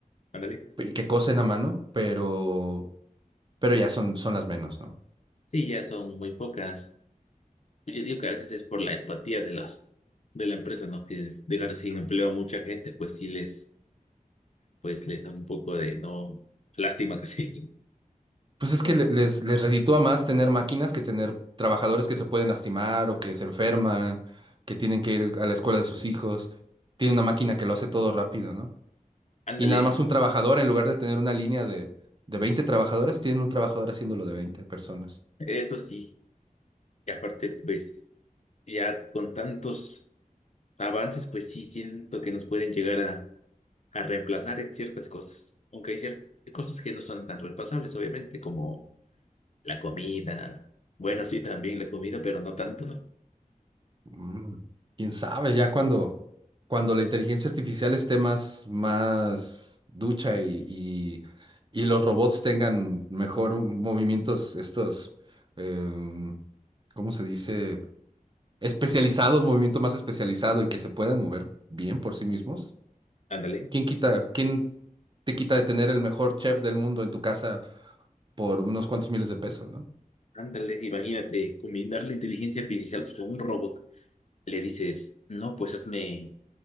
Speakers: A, on the left; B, on the right.
A: Ándale.
B: y que cosen a mano, pero, pero ya son, son las menos, ¿no?
A: Sí, ya son muy pocas. Yo digo que a veces es por la empatía de los de la empresa, ¿no? Que es dejar sin empleo a mucha gente, pues sí les, pues les da un poco de no, lástima casi.
B: Pues es que le- les, les reditúa más tener máquinas que tener trabajadores que se pueden lastimar o que se enferman, que tienen que ir a la escuela de sus hijos. Tiene una máquina que lo hace todo rápido, ¿no?
A: <laughs> Ándale,
B: Y nada más un trabajador, en lugar de tener una línea de, de veinte trabajadores, tienen un trabajador haciéndolo de veinte personas.
A: eso sí. Y aparte, pues ya con tantos avances, pues sí siento que nos pueden llegar a, a reemplazar en ciertas cosas. Aunque hay ciertas cosas que no son tan reemplazables, obviamente, como la comida. Bueno, sí, también la comida, pero no tanto, ¿no?
B: Mm. ¿Quién sabe? Ya cuando, cuando la inteligencia artificial esté más, más ducha y, y, y los robots tengan mejor movimientos, estos, em, ¿cómo se dice? especializados, movimiento más especializado y que se puedan mover bien por sí mismos.
A: Ándale,
B: ¿Quién quita, quién te quita de tener el mejor chef del mundo en tu casa por unos cuantos miles de pesos, ¿no?
A: ándale, imagínate combinar la inteligencia artificial con un robot. Le dices, no, pues hazme